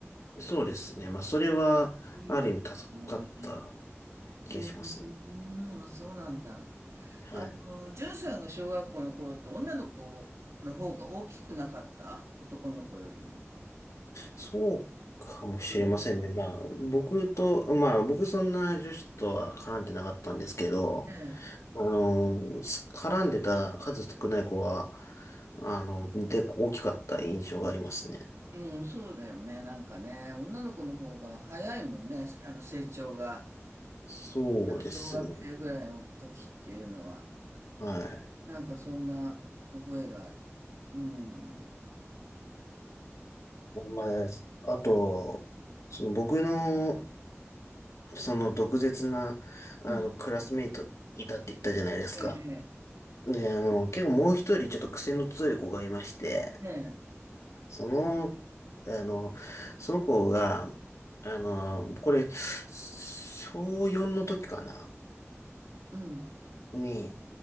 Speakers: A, on the left; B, on the right.
A: そうですね。まあ、それは、
B: いいよね、
A: ある意味助かった
B: それはね。
A: 気がしますね。
B: うん、あ、そうなんだ。
A: はい。
B: あの、じゅんさんが小学校の頃って女の子の方が大きくなかった男の子よりも。
A: そうかもしれませんね。
B: そう
A: まあ、僕と、まあ、僕そんな女子とは絡んでなかったんですけど、
B: だよね。
A: あの、絡んでた数少ない子は、あの、で、大きかった印象がありますね。
B: うん、そうだよね。なんかね、女の子の方が早いもんね、あの成長が。
A: そうですね。
B: あの小学生ぐらいの時っていうのは、
A: はい。
B: なんかそんな覚えがある。うん。
A: まあ、あと、その僕の、その毒舌な、あの、
B: うん。
A: クラスメイトいたって言ったじゃないですか。
B: ええ、
A: ね、あの、結構もう一人ちょっと癖の強い子がいまして、
B: ええ、ええ
A: その、あの、その子が、あの、これ、小4の時かな、
B: うん。
A: に、